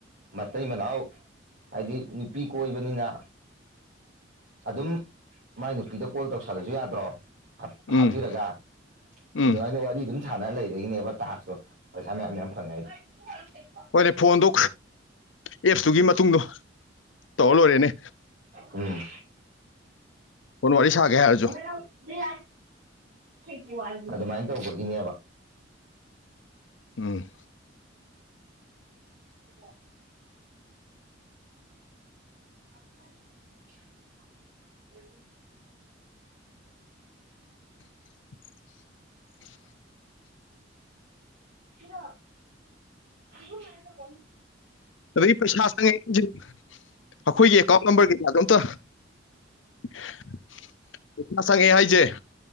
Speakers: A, on the right (about 65°); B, on the left (about 80°).
A: ꯃꯇꯩ ꯃꯅꯥꯎ ꯍꯥꯏꯗꯤ ꯅꯨꯄꯤ ꯀꯣꯏꯕꯅꯤꯅ ꯑꯗꯨꯝ ꯃꯥꯏ ꯅꯨꯄꯤꯗ ꯀꯣꯜ ꯇꯧꯁꯜꯂꯁꯨ ꯌꯥꯗ꯭ꯔꯣ ꯍꯥꯞ
B: ꯎꯝ
A: ꯍꯥꯞꯄꯤꯔꯒ
B: ꯎꯝ
A: ꯑꯗꯨꯃꯥꯏꯅ ꯋꯥꯔꯤ ꯑꯗꯨꯝ ꯁꯥꯟꯅ ꯂꯩꯕꯒꯤꯅꯦꯕ ꯇꯥꯁ꯭ꯀꯇꯣ ꯄꯩꯁꯥ ꯃꯌꯥꯝ ꯌꯥꯝ ꯐꯪꯉꯦ ꯍꯥꯏ <unintelligible>
B: ꯍꯣꯏꯅꯦ ꯐꯣꯟꯗꯣ ꯑꯦꯞꯁꯇꯨꯒꯤ ꯃꯇꯨꯡꯗꯣ ꯇꯧꯔ ꯂꯣꯏꯔꯦꯅꯦ
A: ꯎꯝ
B: ꯐꯣꯟ ꯋꯥꯔꯤ ꯁꯥꯒꯦ ꯍꯥꯏꯔꯁꯨ
A: <unintelligible> <unintelligible> ꯑꯗꯨꯃꯥꯏꯅ ꯇꯧꯕꯒꯤꯅꯦꯕ
B: ꯎꯝ
A: <inaudible> <inaudible>
B: <unintelligible> <inaudible>
A: ꯁꯤꯔꯣ ꯁꯤꯒꯨꯝꯕ <inaudible>
B: ꯑꯗꯩ ꯄꯩꯁꯥ ꯆꯪꯉꯦ <unintelligible> ꯑꯈꯣꯏꯒꯤ ꯑꯦꯀꯥꯎꯟ ꯅꯝꯕꯔ ꯀꯩꯀꯥꯗꯣ ꯑꯝꯇ <unintelligible> ꯍꯥꯏꯁꯦ